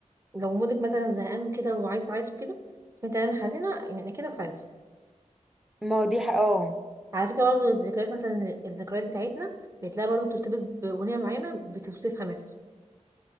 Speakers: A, on the right (about 20°); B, in the centre.
A: لو مودك مثلا زهقان كده وعايز تعيطي كده سمعت اغاني حزينه يعني كده هتعيطي
B: ما هو دي ح... اه
A: على فكره برضه الذكريات مثلا الذكريات بتاعتنا بتلاقي برضه بترتبط باغنيه معينه بتوصفها مثلا